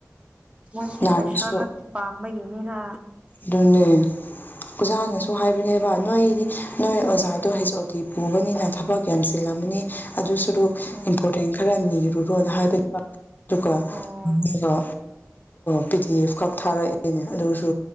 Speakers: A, on the right; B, on the left.
A: ꯃꯣꯏꯁꯦ
B: ꯅꯍꯥꯟꯒꯤꯁꯨ
A: ꯄꯩꯁꯥ ꯈꯛꯇꯤ ꯄꯥꯝꯕꯒꯤꯅꯤꯅ
B: ꯑꯗꯨꯅꯦ꯫ ꯑꯣꯖꯥꯅꯁꯨ ꯍꯥꯏꯕꯅꯦꯕ ꯅꯣꯏꯗꯤ ꯅꯣꯏ ꯑꯣꯖꯥꯗꯣ ꯍꯩꯁ ꯑꯣ ꯇꯤ ꯄꯨꯕꯅꯤꯅ ꯊꯕꯛ ꯌꯥꯝꯆꯜꯂꯝꯃꯅꯤ ꯑꯗꯨ ꯁꯥꯔꯨꯛ
A: ꯎꯝ
B: ꯏꯝꯄꯣꯔꯇꯦꯟ ꯈꯔ ꯅꯤꯔꯨꯔꯣꯅ ꯍꯥꯏꯕꯗꯨ ꯑꯗꯨꯒ
A: ꯑꯣ
B: ꯍꯪꯅꯕ ꯄꯤ ꯗꯤ ꯑꯦꯐ ꯈꯛ ꯊꯥꯔꯛꯑꯦꯅꯦ ꯑꯗꯨꯁꯨ